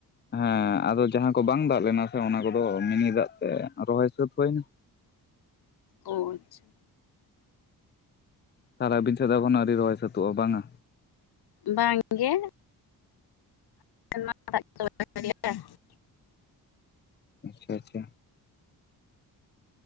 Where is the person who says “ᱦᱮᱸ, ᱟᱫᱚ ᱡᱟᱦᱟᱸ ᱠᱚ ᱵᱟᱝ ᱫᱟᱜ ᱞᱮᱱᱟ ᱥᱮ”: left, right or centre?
Left